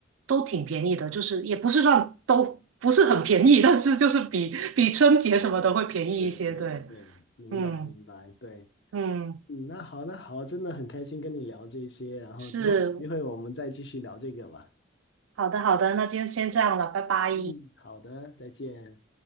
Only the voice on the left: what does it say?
是，对对，
明白明白，
对，
嗯，那好，那好，真的很开心跟你聊这些，然后之后有机会我们再继续聊这个吧。
嗯，好的，再见。